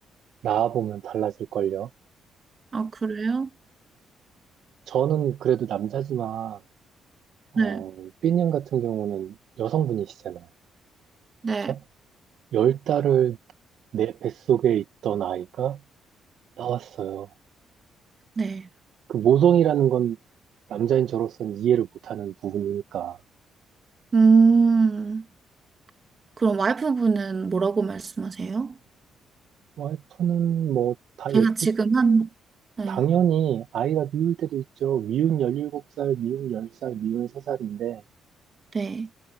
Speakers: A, on the right; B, on the right.
A: 낳아보면 달라질걸요.
B: 아, 그래요?
A: 저는 그래도 남자지만 어,
B: 네,
A: 삐님 같은 경우는 여성분이시잖아요.
B: 네,
A: 그쵸? 열 달을 내 뱃속에 있던 아이가 나왔어요.
B: 네.
A: 그 모성이라는 건 남자인 저로서는 이해를 못하는 부분이니까.
B: 음, 그럼 와이프분은 뭐라고 말씀하세요?
A: 와이프는 뭐 다
B: 제가
A: 예쁘,
B: 지금 한, 네.
A: 당연히 아이가 미울 때도 있죠. 미운 17살, 미운 10살, 미운 3살인데,
B: 네.